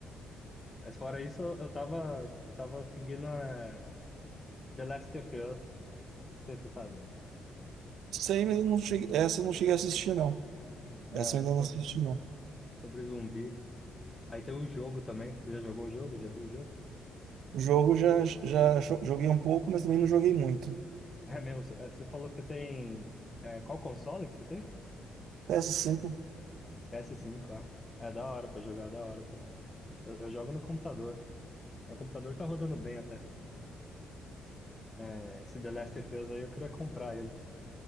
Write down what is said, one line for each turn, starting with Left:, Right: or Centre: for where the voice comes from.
Left: mas fora isso, eu tava, eu tava seguindo é, The Last of Us, não sei se você sabe.
Right: Sei, mas eu não cheguei, essa eu não cheguei a assistir, não.
Left: É,
Right: Essa eu ainda não assisti, não.
Left: sobre zumbi. Aí tem um jogo também. Você já jogou o jogo? Já viu o jogo?
Right: O jogo eu já, já jo- joguei um pouco, mas também não joguei muito.
Left: É mesmo. cê- é, Você falou que você tem. é, qual console que você tem?
Right: P s cinco
Left: ps cinco ah. É da hora pra jogar, da hora, pô. Eu, eu jogo no computador. O computador tá rodando bem até. É, esse The Last of Us aí eu queria comprar ele.